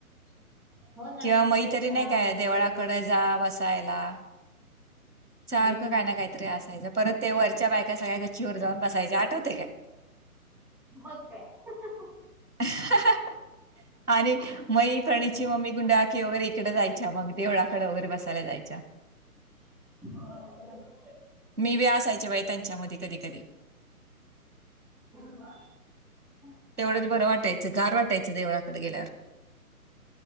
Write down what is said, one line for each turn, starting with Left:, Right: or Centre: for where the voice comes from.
Centre: हो ना
Right: किंवा मैत्रिणी
Centre: तेच चहा
Right: नाही काय
Centre: व्हायला
Right: देवळाकडे
Centre: सरबत
Right: जाव अस करायला, सारख
Centre: हम्म
Right: काय ना काहीतरी असायच परत ते वरच्या बायका सगळ्या गच्छवर जाऊन बसायच्या आठवते काय?
Centre: मग काय हा हा
Right: ह ह ह ह अरे
Centre: आठवायला
Right: मईप्रणीची
Centre: काय ग
Right: मम्मी गुंडाळकी वगैरे इकडे जायच्या मग देवळाकडे वगैरे बसायला जायच्या. <inaudible>
Centre: हा
Right: मी बी असायच्या बाय त्यांच्यामध्ये कधी कधी.
Centre: <inaudible>
Right: तेवढंच बरं वाटायचं गार वाटायचं देवळाकडे गेल्यावर.